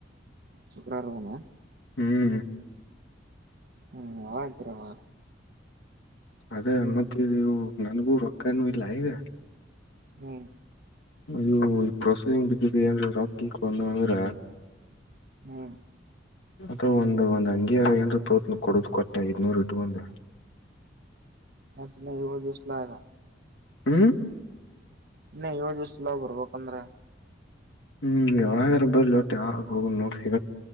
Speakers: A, on the right; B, on the left.
A: ಶುಕ್ರಾರ ಹಣ
B: ಹ್ಮ್
A: ಹ್ಮ್ ಯತರವಾ
B: ಅದೇ ಮತ್ತ ಇ ನನ್ಗೂ ರೊಕ್ಕನ ಇಲ್ಲ ಈಗ
A: ಹ್ಮ್
B: ಇದು ಈ ಪ್ರೋಸೆಸಿಂಗ್ ಬಿದ್ಯುತ್ ಏನ್ ರಾ ಕಿಕ್ ಬಂದು ಅಂದ್ರ
A: ಹ್ಮ
B: ಅದ ಒಂದು ಒಂದ್ ಅಂಗಿಯಾರ ಏ ತೋತ್ನ ಕೊಡುದ್ ಕೊಟ್ಟೆ ಇದ್ನೂರ್ ಇಟ್ಟ ಒಂದು
A: ನತುನ್ನ ಜವ ದಿಸಲಗ
B: ಹ್ಮ್
A: ಇನ್ನ ಏಳು ದಿವಸಲಾ ಬರ್ಬೇಕಂದ್ರೆ
B: ಹ್ಮ್ ಯಾವ್ರ ಬರ್ಲಿ ಹೊಟ್ಟೆ ಯಾಗ ಹೋಗ ನೋಡ್ರಿ